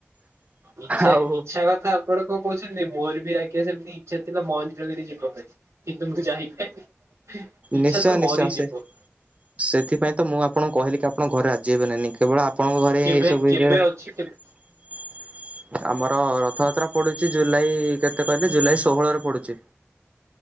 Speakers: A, on the right; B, on the right.
A: ଇଛା
B: ଆଉ
A: ଇଛା କଥା ଆପଣ କଣ କହୁଛନ୍ତି? ମୋର ବି ଆଜ୍ଞା ସେମିତି ଇଚ୍ଛା ଥିଲା ମହେନ୍ଦ୍ରଗିରି ଯିବା ପାଇଁ କିନ୍ତୁ ମୁଁ ଯାଇ ପାଇଲିନି ଇଚ୍ଛା
B: ନିଶ୍ଚୟ
A: ତ ମରିଯିବ
B: ନିଶ୍ଚୟ ସେ ସେଥିପାଇଁ ତ ମୁଁ ଆପଣଙ୍କୁ କହିଲି କି ଆପଣ ଘରେ ରାଜି ହେବେ ନା ନାଇଁ। କେବଳ ଆପଣଙ୍କ ଘରେ
A: କେବେ
B: ଏ ସବୁ
A: କେବେ
B: ବିଷୟରେ
A: ଅଛି କେବେ
B: ଆମର ରଥଯାତ୍ରା ପଡୁଛି ଜୁଲାଇ କେତେ କହିଲେ ଜୁଲାଇ ଷୋହଳରେ ପଡୁଚି।